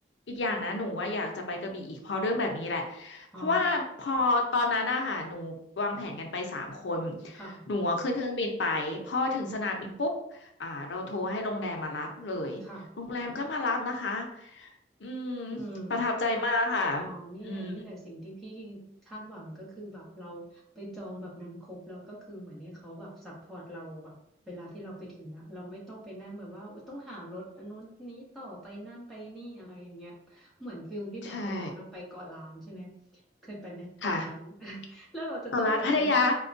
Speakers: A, on the left; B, in the centre.
A: อีกอย่างนะหนูว่าอยากจะไปกระบี่อีกเพราะเรื่องแบบนี้แหละ
B: อ๋อ
A: เพราะว่าพอตอนนั้นอะค่ะหนูวางแผนกันไปสามคน
B: ค่ะ
A: หนูอะขึ้นเครื่องบินไปพอถึงสนามบินปุ๊บอ่าเราโทรให้โรงแรมมารับเลยโรงแรมก็มารับนะคะ
B: ค่ะ
A: อืม
B: อืม
A: ประทับใจมากค่ะ
B: อ๋อนี่แหละนี่แหละสิ่งที่พี่
A: อืม
B: คาดหวังก็คือแบบเราไปจองแบบนั้นครบแล้วก็คือเหมือนให้เขาแบบซัพพอร์ตเราแบบเวลาที่เราไปถึงอะเราไม่ต้องไปนั่งแบบว่าโอ๊ยต้องหารถอันนู้นนี้ต่อไปนั่นไปนี่อะไรอย่างเงี้ยเหมือนฟิลที่แบบเวลาเราไปเกาะล้านใช่ไหม
A: ใช่
B: เคยไปไหมเกาะล้าน
A: ค่ะ
B: <laughs> แล้วเราจะต้องแบบไปนั่ง
A: เกาะล้านพัทยา